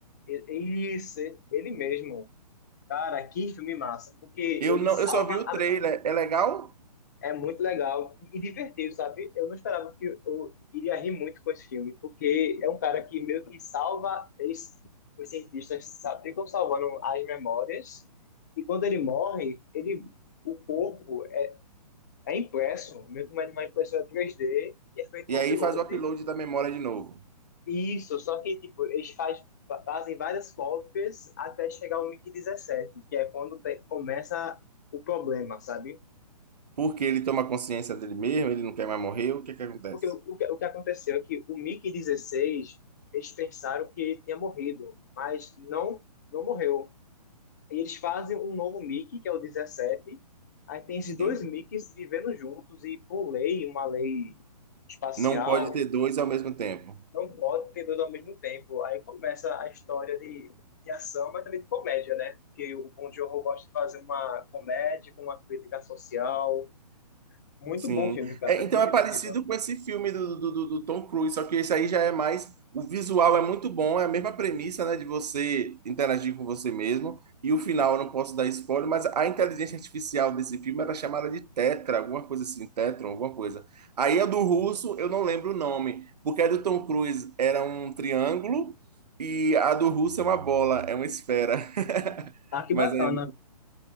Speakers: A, on the left; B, on the right.
A: E- Isso, ele mesmo. Cara, que filme massa, porque
B: eu
A: ele
B: não,
A: salva.
B: eu só vi o
A: a-
B: trailer. É legal?
A: É muito legal e divertido, sabe? Eu não esperava que eu iria rir muito com esse filme, porque é um cara que meio que salva. Eles, os cientistas sa- ficam salvando as memórias, e quando ele morre, ele, o corpo é impresso, meio que uma uma impressora 3D, e é feito
B: E
A: um upload.
B: aí faz o upload da memória de novo.
A: Isso, só que tipo, eles faz, fa- fazem várias cópias até chegar ao MIC-17, que é quando te- começa o problema, sabe?
B: Porque ele toma consciência dele mesmo, ele não quer mais morrer, o que é que acontece?
A: Porque o, o que, o que aconteceu é que o Mickey dezesseis eles pensaram que ele tinha morrido, mas não, não morreu. E eles fazem um novo Mickey que é o 17. Aí tem esses
B: Sim.
A: dois MiGs vivendo juntos e, por lei, uma lei espacial,
B: Não pode ter dois ao mesmo tempo.
A: não pode ter dois ao mesmo tempo. Aí começa a história de, de ação, mas também de comédia, né? Porque o Bong Joon-ho gosta de fazer uma comédia com uma crítica social. Muito
B: Sim.
A: bom filme, cara.
B: É, então
A: Muito
B: é
A: divertido.
B: parecido com esse filme do, do, do- do Tom Cruise, só que esse aí já é mais. O visual é muito bom, é a mesma premissa, né, de você interagir com você mesmo. E o final, eu não posso dar spoiler, mas a inteligência artificial desse filme era chamada de Tetra, alguma coisa assim, Tetron, alguma coisa. Aí a do russo, eu não lembro o nome, porque a do Tom Cruise era um triângulo e a do russo é uma bola, é uma esfera. <laughs>
A: Ah, que bacana.
B: Mas aí